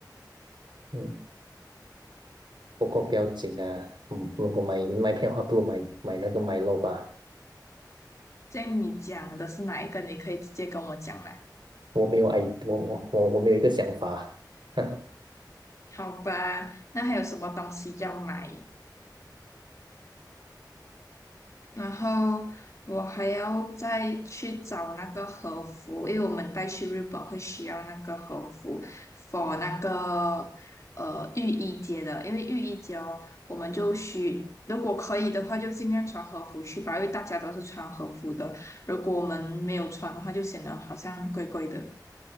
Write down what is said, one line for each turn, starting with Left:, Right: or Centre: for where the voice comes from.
Right: 嗯，不过不要紧啊，嗯，如果买麦片的话，不如买买那个 m i 吧。
Left: 这样你讲的是哪一个？你可以直接跟我讲啦。
Right: 我没有 i，我我我我没有一个想法。<laughs>
Left: 好吧，那还有什么东西要买？然后我还要再去找那个和服，因为我们带去日本会需要那个和服，for 那个呃浴衣节的，因为浴衣节哦，我们就需如果可以的话，就尽量穿和服去吧，因为大家都是穿和服的。如果我们没有穿的话，就显得好像怪怪的。